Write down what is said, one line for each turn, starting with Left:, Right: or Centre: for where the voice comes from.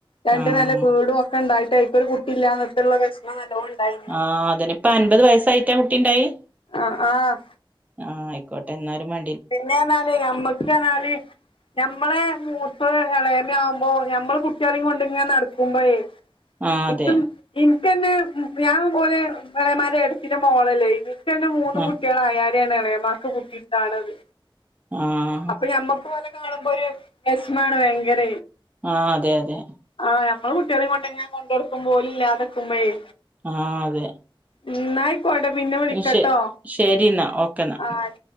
Left: രണ്ട്
Right: ആഹ്
Left: നെല ബീടും ഒക്കെണ്ടായിട്ട് അയ്ക്കൊരു കുട്ടി ഇല്ലാന്നത്തുള്ള വെഷമം നല്ലോംണ്ടായി.
Right: ആഹ് അതെന്നെ, പ്പ അൻപത് വയസായിട്ടാ കുട്ടിണ്ടായി?
Left: അഹ് ആഹ്
Right: ആഹ് ഐക്കോട്ടെ ന്നാലും മ
Left: പിന്നെർഞാല് ഞമ്മക്ക്‌ർഞാല്. ഞമ്മളെ മൂത്ത്എളേമ്യാവുമ്പോ ഞമ്മള് കുട്ട്യള്യും കൊണ്ടിങ്ങനെ നട്ക്കുമ്പഴേ.
Right: ആഹ് അതെ
Left: ച്ചും ഇനിക്കന്നെ ഞൻ പോലെ ഇളമാരെ എടിതിട്ട മോളല്ലേ ഇത് ക്കന്നെ മൂന്ന്
Right: ആഹ്
Left: കുട്ട്യാളായാരേണ് എളേമാക്ക് കുട്ടിണ്ടാവ്‌ണത്.
Right: ആഹ്
Left: അപ്പൊ ഞമ്മക്ക് ഓലെ കാണുമ്പോ ഒരു വിശമാണ് ഭയങ്കര
Right: ആഹ്‌ അതെ അതെ.
Left: ആ നമ്മള് കുട്ടികളെ ഇങ്ങോട്ടെങ്ങനെ കൊണ്ട കൊടുക്കും പോ ഓല് ഇല്ലാതെക്കുമ്പേയ്
Right: ആഹ്‌ അതെ
Left: ഇന്നാഐക്കോട്ടെ പിന്നെ വിളിക്കട്ടോ
Right: ശെ ശരി എന്നാ ഓക്കെന്നാ
Left: ആഹ്‌